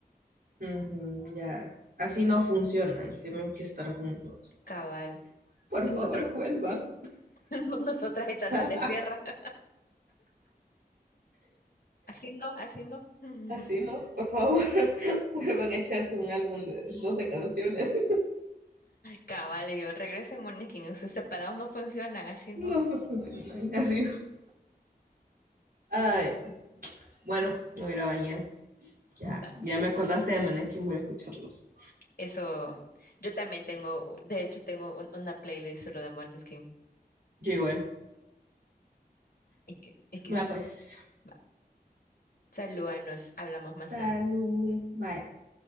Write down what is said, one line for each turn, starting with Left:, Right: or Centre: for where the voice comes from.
Right: Ujú, ya. Así no funcionan, tienen que estar juntos.
Left: Cabal.
Right: Por
Left: Nosotros,
Right: favor, vuelvan.
Left: <laughs> nosotras echándoles
Right: <laughs>
Left: tierra, <laughs> haciendo, haciendo. <laughs>
Right: Así no, por favor, <laughs> vuelvan a echarse un álbum de 12 canciones. <laughs>
Left: Cabal, y yo regresen, Moniquín. Ustedes separados no funcionan, así no.
Right: No, no funcionan así. Ay, bueno, me voy a ir a bañar. Ya,
Left: Va.
Right: ya me acordaste de Maneskin, voy a escucharlos.
Left: Eso, yo también tengo, de hecho, tengo un- una playlist solo de Måneskin.
Right: Yo igual.
Left: Es que, es que sí.
Right: Va pues.
Left: Va. Salúdanos, hablamos más
Right: Salud.
Left: tarde.
Right: Vaya.